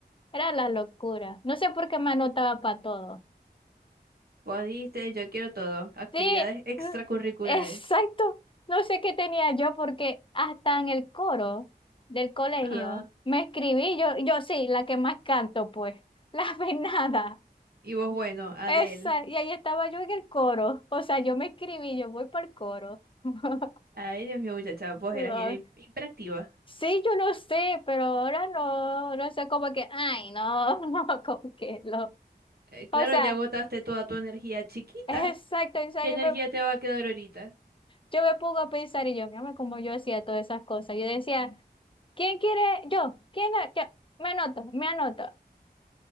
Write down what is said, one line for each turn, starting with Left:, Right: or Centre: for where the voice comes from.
Left: Era la locura. No sé por qué me anotaba para todo.
Right: Vos dijiste, yo quiero todo. Actividades
Left: Sí,
Right: extracurriculares.
Left: mm, exacto. No sé qué tenía yo porque hasta en el coro del colegio
Right: Ajá.
Left: me escribí, yo, yo sí, la que más canto, pues, <laughs> la venada.
Right: Y vos, bueno, Adel.
Left: Esa, y ahí estaba yo en el coro. O sea, yo me escribí, yo voy para el coro. <laughs>
Right: Ay, Dios mío, muchacha, vos
Left: No,
Right: eras, eras im- hiperactiva.
Left: Sí, yo no sé, pero ahora no, no sé, como que, ay, no, <laughs> como que lo.
Right: Eh, claro,
Left: O sea,
Right: ya agotaste toda tu energía chiquita.
Left: exacto, o sea,
Right: ¿Qué
Left: yo
Right: energía
Left: me.
Right: te va a quedar ahorita?
Left: Yo me pongo a pensar y yo, mírame como yo hacía todas esas cosas. Yo decía, ¿quién quiere? Yo, ¿quién? a- yo? Me anoto, me anoto,